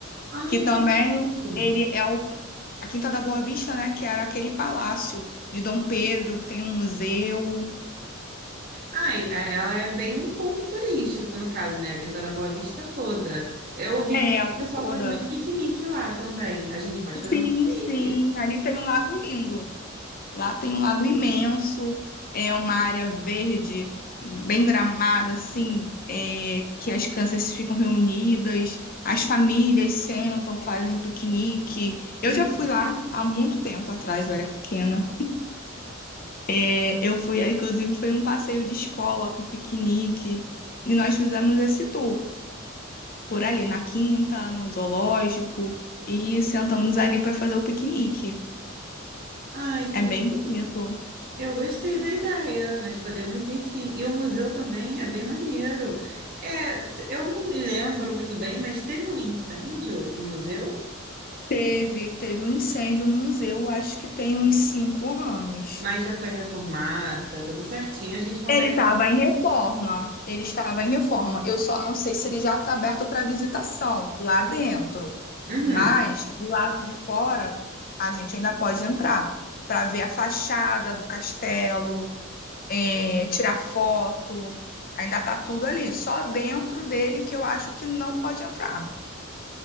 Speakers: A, on the right; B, on the left.
A: Ai,
B: que também
A: que lindo!
B: ele é o, a Quinta da Boa Vista, né, que era aquele palácio de Dom Pedro, que tem um museu.
A: Ah, e a- ela é bem um ponto turístico, no caso, né? A Quinta da Boa Vista toda. Eu ouvi
B: É,
A: dizer
B: a
A: que
B: lagoa
A: o pessoal
B: toda.
A: faz muito piquenique lá também. A gente pode fazer
B: Sim,
A: um piquenique.
B: sim. Ali tem um lago lindo. Lá tem um lago imenso. É uma área verde, bem gramada, assim, é, que as crianças ficam reunidas, as famílias sentam, fazem um piquenique. Eu
A: Hum?
B: já fui lá há muito tempo atrás, eu era pequena. É, eu fui, é, inclusive, foi um passeio de escola com piquenique. E nós fizemos esse tour por ali, na Quinta, no zoológico, e sentamos ali para fazer o piquenique.
A: Ai, que
B: É bem bonito.
A: eu gostei da ideia. Nós podemos ir sim. E o museu também é bem maneiro. É, eu não me lembro muito bem, mas teve um incêndio no museu,
B: Teve, teve um incêndio no museu, acho que tem uns cinco anos.
A: mas já foi reformado, tá tudo certinho. A gente consegue.
B: Ele estava em reforma. Ele estava em reforma. Eu só não sei se ele já está aberto para visitação lá dentro.
A: Uhum.
B: Mas do lado de fora, a gente ainda pode entrar para ver a fachada do castelo, eh, tirar foto. Ainda tá tudo ali. Só dentro dele que eu acho que não pode entrar.